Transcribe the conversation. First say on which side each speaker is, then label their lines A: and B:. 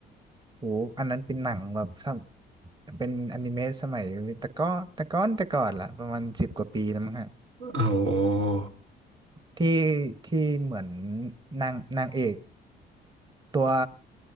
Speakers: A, on the right; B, on the right.
A: โหอันนั้นเป็นหนังแบบสมเป็นอนิเมะสมัยแต่ก็แต่ก้อนแต่ก่อนละประมาณสิบกว่าปีแล้วมั้งฮะ
B: โอ้
A: ที่ที่เหมือนนางนางเอก ตัว